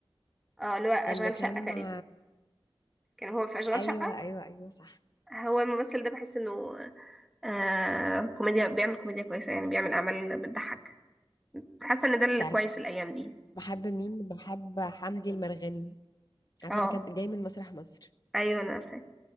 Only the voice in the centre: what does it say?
اه اللي هو أشغال
شقة تقريبا
كان هو في أشغال
شقة
هو الممثل ده بحس إنه آه كوميديا بيعمل كوميديا كويسة يعني بيعمل أعمال بتضحك حاسة إن ده اللي
كويس الأيام دي
اه
ايوه انا فاهم